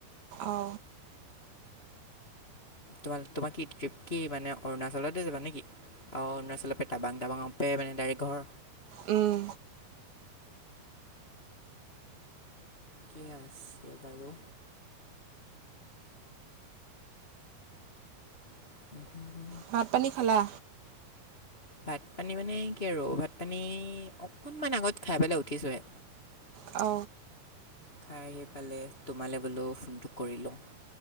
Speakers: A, on the right; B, on the left.
A: অ
B: তোমাৰ তোমাৰ কি ট্ৰিপ কি মানে অৰুণাচলতে যাবা নেকি অ অৰুণাচলৰ টাবাং টাবাং পে মানে ডাইৰেক্ট ঘৰ
A: উম
B: থিকে আছে বাৰু <inaudible>
A: ভাত পানী খালা?
B: ভাত পানী মানে কি আৰু ভাত পানী অকনমান আগত খাই পেলাই উঠিছোহে।
A: অ
B: খাই আহি পেলে তোমালৈ বোলে ফোনটো কৰি লওঁ